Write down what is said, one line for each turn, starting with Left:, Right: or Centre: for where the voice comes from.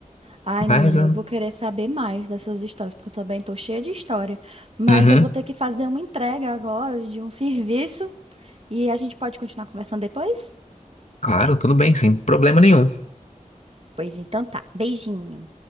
Right: Ai,
Left: Mas,
Right: menina,
Left: ah,
Right: eu vou querer saber mais dessas histórias, porque eu também tô cheia de história. Mas
Left: uhum,
Right: eu vou ter que fazer uma entrega agora de um <laughs> serviço e a gente pode continuar conversando depois?
Left: claro, tudo bem, sem problema nenhum.
Right: Pois então tá. Beijinho.